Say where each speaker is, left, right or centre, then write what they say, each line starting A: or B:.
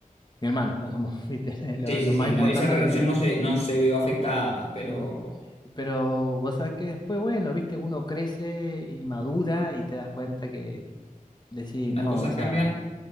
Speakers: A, on the left; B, on the left.
A: mi hermano, digamos, <laughs> ¿viste? Lo,
B: sí, sí,
A: lo más
B: sí,
A: importante
B: no, esa relación
A: que tenía.
B: no se, no se vio afectada, pero
A: Sí. Pero vos sabés que después, bueno, viste, uno crece y madura y te das cuenta que decís,
B: las
A: no,
B: cosas
A: o sea,
B: cambian.